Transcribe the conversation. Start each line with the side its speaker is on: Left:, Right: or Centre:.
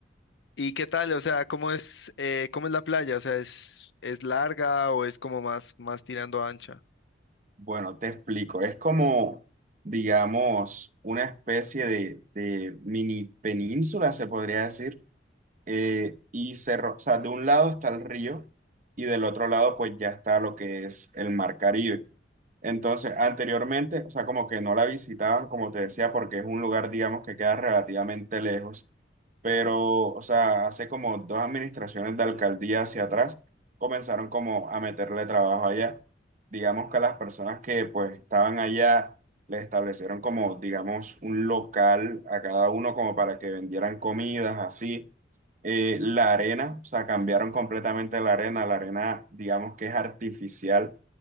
Left: ¿Y qué tal? O sea, ¿cómo es, eh, cómo es la playa? O sea, ¿es, es larga o es como más, más tirando a ancha?
Right: bueno, te explico, es como, digamos, una especie de, de mini península, se podría decir, eh, y cerro, o sea, de un lado está el río y del otro lado pues ya está lo que es el mar Caribe. Entonces, anteriormente, o sea, como que no la visitaban, como te decía, porque es un lugar, digamos, que queda relativamente lejos pero, o sea, hace como dos administraciones de alcaldía hacia atrás comenzaron como a meterle trabajo allá. Digamos que a las personas que pues estaban allá les establecieron como, digamos, un local a cada uno como para que vendieran comidas, así. Eh, la arena, o sea, cambiaron completamente la arena. La arena, digamos que es artificial.